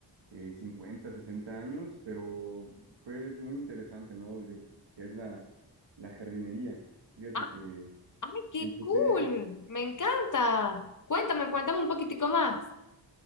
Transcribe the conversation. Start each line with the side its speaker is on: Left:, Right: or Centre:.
Right: eh, 50, 60 años, pero fue muy interesante, ¿no? Yo, que es la, la jardinería. Fíjate
Left: Ah,
Right: que...
Left: ¡Ay, qué
Right: Empecé
Left: cool! Me encanta. Cuéntame, cuéntame un poquitico más.